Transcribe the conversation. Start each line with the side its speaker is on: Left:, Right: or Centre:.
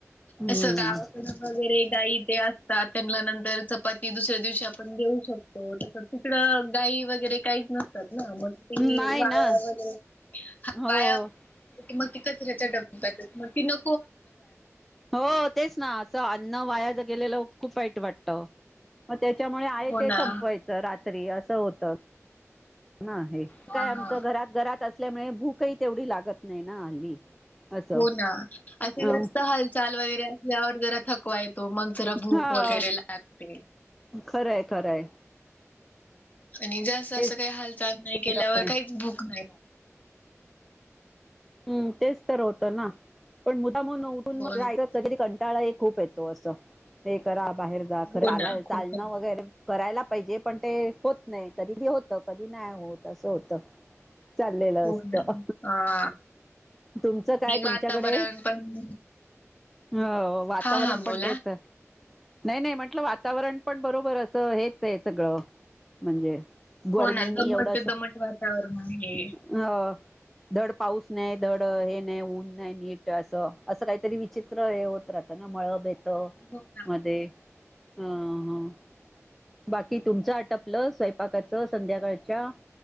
Centre: हम्म
Left: असं गावाकड वगैरे गाई ते असतात त्यांना नंतर चपाती दुसऱ्या दिवशी आपण देऊ शकतो तस तिकडं गाई वगैर वगैरे काहीच नसतात ना मग ते
Centre: नाही
Left: वाया
Centre: ना
Left: वगैरे
Centre: हो
Left: वाया, मग ती कचऱ्या डब्ब्यात मग ती न
Centre: हो तेच ना असं अन्न वाया ज गेलेलं. खूप खूप वाईट वाटत मग त्याच्यामुळे आहे
Left: हो ना.
Centre: ते संपवायचं रात्री असं होतं. ना हे
Left: हा
Centre: काय आमच
Left: हा.
Centre: घरात घरात असल्यामुळे भूकही तेवढी लागत नाही ना हल्ली असं
Left: हो ना असे
Centre: अ
Left: जास्त हालचाल वगैरे असल्यावर जरा थकवा येतो मग जरा भूक
Centre: हा
Left: वगैरे लागते.
Centre: खरंय खरंय.
Left: आणि जास्त असं
Centre: तेच
Left: काही हालचाल नाही
Centre: त्याच्यामुळे
Left: केल्यावर काहीच भूक नाही लागत
Centre: हम्म तेच तर होतं ना पण <unintelligible> उठूनरी
Left: हो ना
Centre: कंटाळा एक खूप येतो असं ते करा बाहेर जा खर
Left: हो
Centre: चा
Left: ना
Centre: चालणं
Left: खूप कमी
Centre: वगैरे करायला पाहिजे पण ते होत नाही कधी बी होत कधी नाही होत असं होत. चाललेलं
Left: हो
Centre: असतं.
Left: ना हा
Centre: तुमचं
Left: आणि
Centre: काय तुमच्याकडे
Left: वातावरण पण
Centre: हो वातावरण
Left: हा हा
Centre: पण
Left: बोला
Centre: तेच आहे. नाही नाही म्हंटलं वातावरण पण बरोबर असं हेच आहे सगळं म्हणजे गरमीनी
Left: हो ना दमट
Centre: एवढस
Left: दमट वातावरण आहे
Centre: अ ड पाऊस नाही धड हे नाही ऊन नाही नीट असं असं काहीतरी विचित्र हे होत राहत ना मळबेत
Left: हो ना
Centre: मध्ये अ बाकी तुमचंटपलं स्वयंपाकाचं संध्याकाळच्या